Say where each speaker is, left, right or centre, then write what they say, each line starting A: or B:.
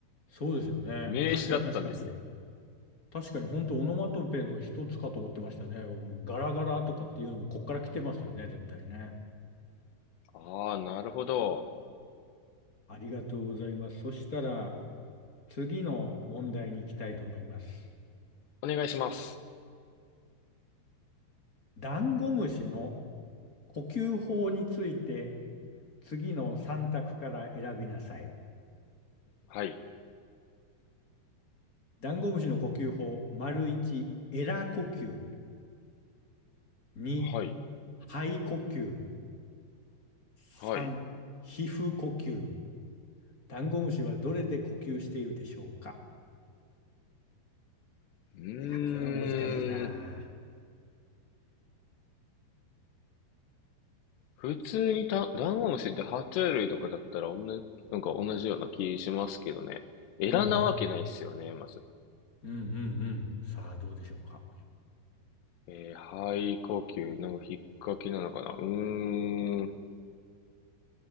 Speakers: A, on the left (about 25°); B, on the left (about 80°).
A: そうですよね。
B: 名詞だったんですね。
A: 確かに確かに。確かに本当オノマトペの一つかと思ってましたね。僕もガラガラとかっていうのもこっから来てますよね、絶対ね。
B: あー、なるほど。
A: ありがとうございます。そしたら次の問題に行きたいと思います。
B: お願いします。
A: ダンゴムシの呼吸法について次の3択から選びなさい。
B: はい。
A: ダンゴムシの呼吸法、丸1、エラ呼吸、2、
B: はい。
A: 肺呼吸、3、
B: はい。う
A: 皮膚呼吸。ダンゴムシはどれで呼吸しているでしょうか
B: ーん。
A: いや、これは難しいな。
B: 普通にた、ダンゴムシって爬虫類とかだったら、おんな、なんか同じような気しますけどね。エラなわけないっすよね、
A: うんうん。
B: まず。
A: うんうんうん。さあ、どうでしょうか。
B: えー、肺呼吸、なんか引っかきなのかな。うーん。